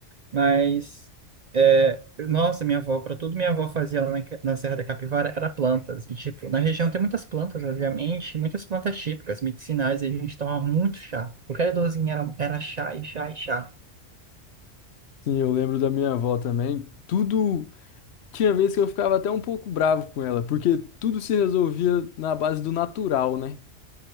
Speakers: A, on the right; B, on the left.
A: mas. É, nossa, minha avó, para tudo minha avó fazia lá na, na Serra da Capivara era plantas. E, tipo, na região tem muitas plantas, obviamente, muitas plantas típicas, medicinais, e a gente tomava muito chá. Qualquer dorzinha era, era chá e chá e chá.
B: Sim, eu lembro da minha avó também. Tudo. Tinha vez que eu ficava até um pouco bravo com ela, porque tudo se resolvia na base do natural, né?